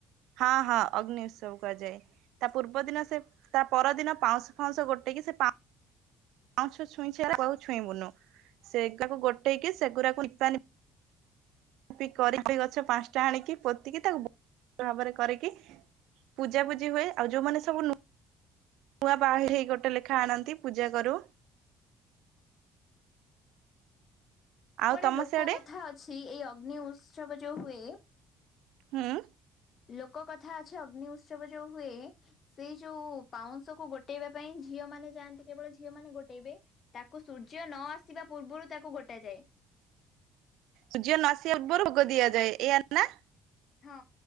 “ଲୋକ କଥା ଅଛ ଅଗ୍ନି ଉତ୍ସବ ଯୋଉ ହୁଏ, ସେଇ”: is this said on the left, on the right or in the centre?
Left